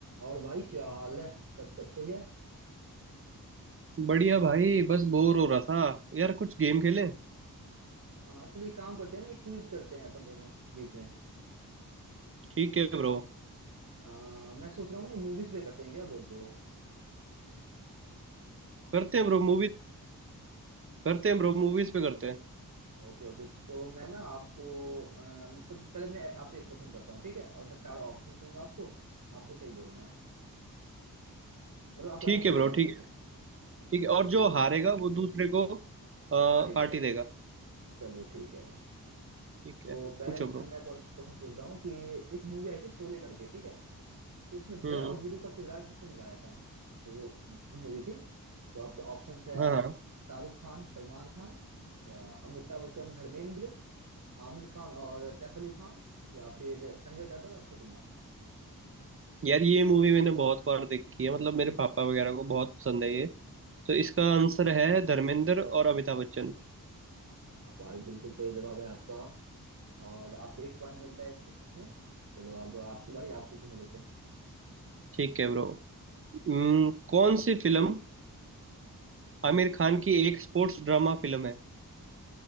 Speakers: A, on the right (about 55°); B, on the right (about 35°).
A: और भाई क्या हाल है सब चल सही है
B: बढ़िया भाई बस बोर हो रहा था यार कुछ गेम खेलें
A: हाँ चलो एक काम करते हैं ना एक क्विज करते हैं अपन दोनों बीच में
B: ठीक है ब्रो
A: आ, मैं सोच रहा हूँ ना मूवीज पे करते हैं क्या बोलते हो
B: करते हैं ब्रो मूवीज करते हैं ब्रो मूवीज पे करते हैं
A: ओके ओके तो मैं ना आपको आ, तो पहले मैं आपसे एक क्वेश्चन करता हूँ ठीक है और मैं चार ऑप्शंस दूंगा आपको आपको सही बोलना है मतलब आपको
B: ठीक
A: आंसर
B: है
A: देना
B: ब्रो
A: है ठीक
B: ठीक है
A: है
B: ठीक है
A: ओके
B: और
A: तो
B: जो हारेगा वो दूसरे को
A: पार्टी देगा
B: पार्टी देगा
A: चलो ठीक है भाई ठीक है
B: ठीक
A: तो
B: है
A: पहले
B: पूछो ब्रो
A: मैं क्वेश्चन पूछ रहा हूँ कि एक मूवी आई थी शोले करके ठीक है तो उसमें जय
B: हम्म
A: और वीरू का किरदार किसने निभाया था जो वो मूवी थी तो आपके ऑप्शंस है
B: हाँ हाँ
A: शाहरुख खान सलमान खान या अमिताभ बच्चन धर्मेंद्र आमिर खान और सैफ अली खान या फिर संजय दत्त और अक्षय कुमार
B: यार ये मूवी मैंने बहुत बार देखी है मतलब मेरे पापा वगैरह को बहुत पसंद है ये तो इसका आंसर है धर्मेंद्र और अमिताभ बच्चन
A: हाँ भाई बिल्कुल सही जवाब है आपका और आपको एक पॉइंट मिलता है इसमें इसमें चलो अब आपकी बारी आप पूछो मेरे से
B: ठीक है ब्रो हम्म, कौन सी फिल्म आमिर खान की एक स्पोर्ट्स ड्रामा फिल्म है